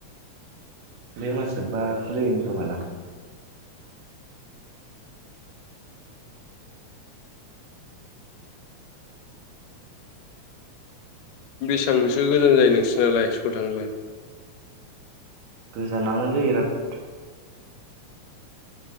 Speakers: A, on the right; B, on the left.
A: बे मास बा खुलियोन खोमा दां
B: बेसेबांसो गोजान जायो नोंसोरनालाय सलथांलाय
A: गोजानोलै बिराद